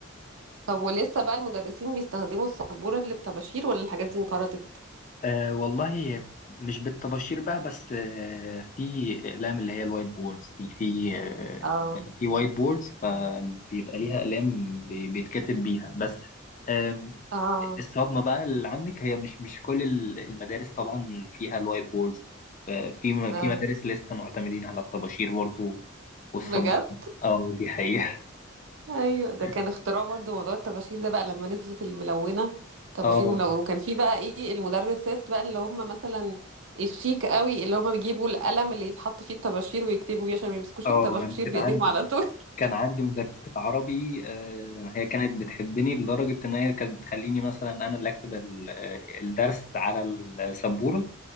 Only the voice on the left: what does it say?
أه والله مش بالطباشير بقى بس أه في أقلام اللي هي الوايت بوردز دي في أه
يعني في وايت بوردز فبيبقى ليها أقلام بي- بيتكتب بيها بس آم،
الصدمة بقى اللي عندك هي مش مش كل ال- المدارس طبعا فيها الوايت بوردز ففي م-
في مدارس لسه معتمدين على الطباشير برضو والصب
اه دي حقيقة
<laughs>
اه
اه
ما أنا كان
عندي
كان عندي مدرسة عربي آه، هي كانت بتحبني لدرجة إن هي كانت بتخليني مثلا أنا اللي أكتب ال- آه، الدرس على السبورة